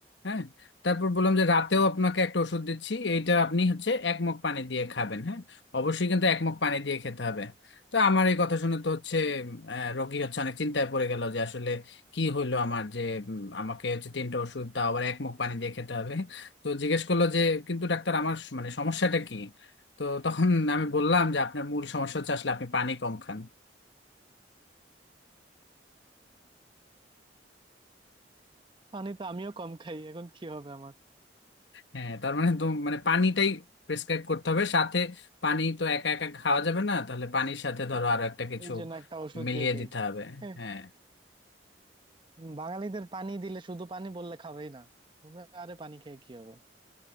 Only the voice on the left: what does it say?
হ্যাঁ তারপর বললাম যে রাতেও আপনাকে একটা ওষুধ দিচ্ছি এইটা আপনি হচ্ছে এক মগ পানি দিয়ে খাবেন হ্যাঁ অবশ্যই কিন্তু এক মগ পানি দিয়ে খেতে হবে তো আমার এই কথা শুনে তো হচ্ছে আহ, রোগী হচ্ছে অনেক চিন্তায় পড়ে গেল যে আসলে কি হইলো আমার যে উম, আমাকে হচ্ছে তিনটা ওষুধ তাও আবার এক মগ পানি দিয়ে খেতে হবে তো জিজ্ঞেস করলো যে কিন্তু ডাক্তার আমার স- মানে সমস্যাটা কি তো তখন আমি বললাম যে আপনার মূল সমস্যা হচ্ছে আসলে আপনি পানি কম খান
হ্যাঁ তার মানে তো মানে পানিটাই প্রেসক্রাইব করতে হবে সাথে পানি তো একা একা খাওয়া যাবে না তাহলে পানির সাথে ধরো আরো একটা কিছু
মিলিয়ে
দিতে হবে
হ্যাঁ